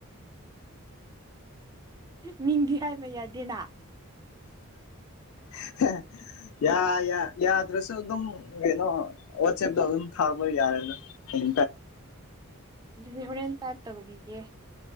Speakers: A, on the right; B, on the left.
A: ꯃꯤꯡꯗꯤ ꯍꯥꯏꯕ ꯌꯥꯗꯦꯅ
B: <unintelligible> ꯌꯥ ꯌꯥꯗ꯭ꯔꯁꯨ ꯑꯗꯨꯝ ꯀꯩꯅꯣ ꯋꯥꯆꯦꯞꯇ ꯑꯗꯨꯝ ꯊꯥꯕ ꯌꯥꯔꯦꯗ <unintelligible>
A: ꯑꯗꯨꯗꯤ ꯍꯣꯔꯦꯟ ꯇꯏꯞ ꯇꯧꯕꯤꯒꯦ